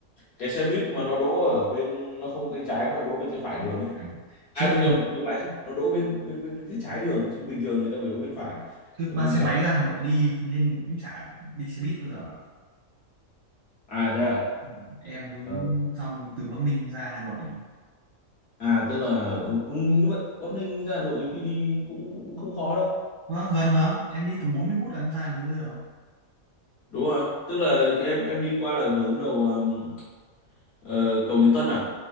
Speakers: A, on the left; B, on the right.
A: cái xe buýt mà nó đỗ ở bên nó không tay trái mà đỗ bên tay phải đường ấy
B: à,
A: à
B: trước
A: đâu nhầm ngược lại chứ nó đỗ bên bên bên bên tay trái đường chứ bình thường người ta phải đỗ bên phải
B: trước
A: đỗ
B: mang
A: bên
B: xe
A: trái
B: máy ra Hà Nội đi thì nên cũng chả đi xe buýt bao giờ
A: à thế à
B: Ừ, em cứ
A: Ờ,
B: dòng từ Bắc Ninh ra Hà Nội
A: à tức là ở Bắc... ừ, nhưng mà Bắc Ninh ra Hà Nội nhiều khi đi cũng cũng không khó đâu.
B: Vâng, gần mà. Em đi tầm 40 phút là em ra đến nơi rồi.
A: Đúng rồi, tức là khi em em đi qua là hướng đầu ừm, ờ, cầu Nhật Tân à